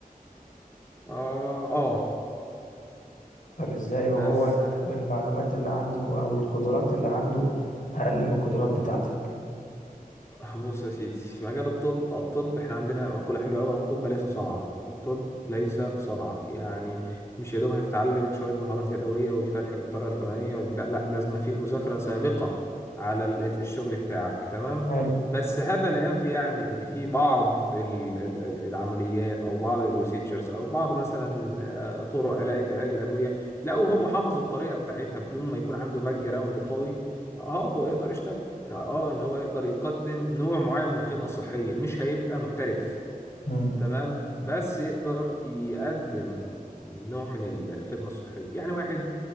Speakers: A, on the left; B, on the left.
A: اه اه
B: طب ازاي
A: بس
B: وهو المعلومات اللي عنده او القدرات اللي عنده اقل من القدرات بتاعتك
A: آه، بص يا سيدي في مجال الطب الطب احنا عندنا مقولة حلوة أوي الطب ليس صنعة الطب ليس صنعة يعني مش يا دوب هتتعلم شوية مهارات يدوية والفتح بالطريقة الفلانية والبتاع لا لازم في مذاكرة سابقة على ال- الشغل بتاعك تمام
B: حلو
A: بس هذا لا ينفي يعني ان في بعض ال- ال- ال- العمليات او بعض البروسيجرز او بعض مثلا آه، طرق علاج علاج الادويه لو هو حافظ الطريقه بتاعتها بدون ما يكون عنده باك جراوند قوي اه هو يقدر يشتغل يعني اه ان هو يقدر يقدم نوع معين من الخدمة الصحية مش هيبقى محترف
B: امم
A: تمام بس يقدر يقدم نوع من ال- الخدمة الصحية يعني واحد